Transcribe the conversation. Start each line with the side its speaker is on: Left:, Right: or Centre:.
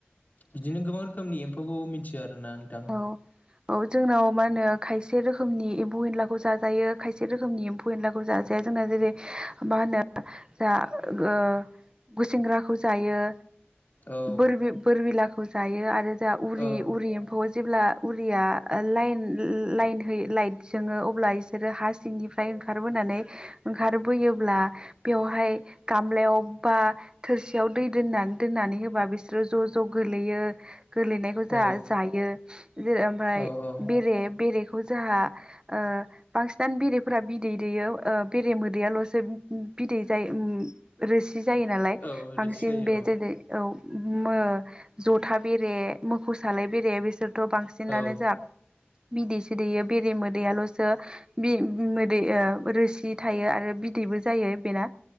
Left: बिदिनो गोबां रोखोमनि एम्फौखौ मिथियो आरोना नोंथां
Right: औ औ जोंनाव मा होनो खाय से रोखोमनि एम्फौ एनलाखौ जाजायो खायसे रोखोमनि एम्फौ एनलाखौ जाजाया जोंना जेरै मा होनो जा ओ गुसेंग्राखौ जायो।
Left: औ
Right: बोर बोरबिलाखौ जायो आरो जा उरि
Left: औ
Right: उरि एम्फौ जेब्ला उरिया लाइन लाइन हो लाइट जोंङो अब्ला इसोर हासिंनिफ्राय ओंखा ओखारबोनानै ओंखारबोयोब्ला बेयावहाय गामलायाव बा थोरसियाव दै दोनना दोननानै होबा बिसोरो ज' ज' गोलैयो गोलैनायखौ जाहा
Left: औ
Right: जायो। ओमफाय
Left: औ औ
Right: बेरे ‌ बेरेखौ जाहा ओ बांसिनानो बेरेफोरा बिदै दैयो ओ बेरे मोदैयाल'सो बिदै जायो ओम रोसि जायो नालाय
Left: औ
Right: बांसिन
Left: रोसि जायो
Right: बे जेरै औ। मो जथा बेरे मोखौ सालाय बेरे बिसोर थ' बांसिनानो
Left: औ
Right: जा बिदैसो दैयो बेरे मोदैयाल'सो बि मोदै ओ रोसि थायो आरो बिदै बो जायो बेना।